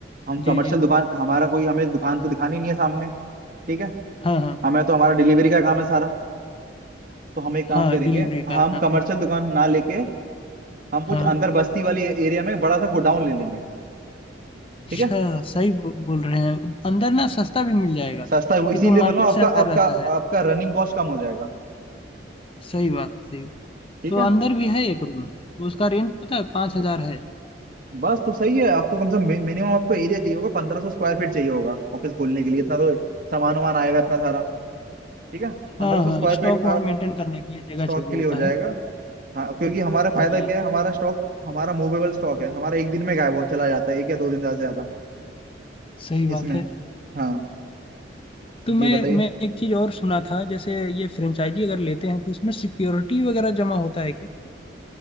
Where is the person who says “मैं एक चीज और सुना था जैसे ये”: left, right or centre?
Left